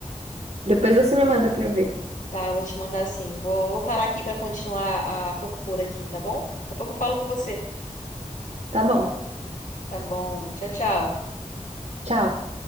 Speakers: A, on the right; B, on the left.
A: Depois você me manda pra eu ver.
B: Tá, eu vou te mandar assim. Vou, vou parar aqui pra continuar a procura aqui, tá bom? Daqui a pouco eu falo com você.
A: Tá bom.
B: Tá bom. Tchau, tchau.
A: Tchau.